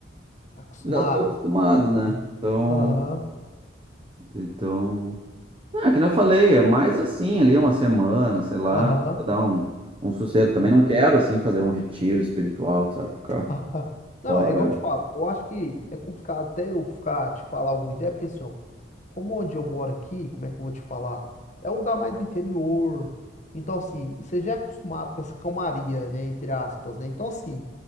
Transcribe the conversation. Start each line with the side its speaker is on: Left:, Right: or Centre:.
Left: Acostumado.
Right: Já tô acostumado, né? Então,
Left: Aham,
Right: então. Ah, que nem eu falei, é mais assim, ali uma semana, sei lá,
Left: aham,
Right: pra dar um, um sossego. Também
Left: aham.
Right: não quero, assim, fazer um retiro espiritual, sabe? Ficar
Left: <laughs> Não,
Right: fora.
Left: é igual eu te falo. Eu acho que é complicado até eu ficar te falar alguma ideia, porque assim, ó, como onde eu moro aqui, como é que eu vou te falar? É um lugar mais do interior. Então, assim, você já é acostumado com essa calmaria, né? Entre aspas, né? Então, assim,